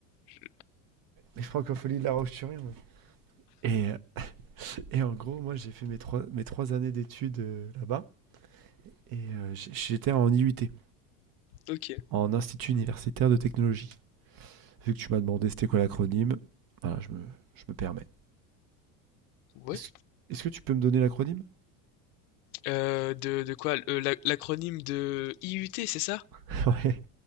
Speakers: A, on the left; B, on the right.
A: je-
B: Les francopholies de La Roche-sur-Yon. ouais. Et, et en gros, moi, j'ai fait mes trois, mes trois années d'études euh, là-bas. Et euh, j'- j'étais en IUT,
A: Ok.
B: en Institut Universitaire de Technologie. Vu que tu m'as demandé c'était quoi l'acronyme, voilà, je me, je me permets.
A: Ouais.
B: Est-ce est-ce que tu peux me donner l'acronyme
A: Euh, de, de quoi? Euh, la- l'acronyme de IUT, c'est ça?
B: <laughs> Ouais.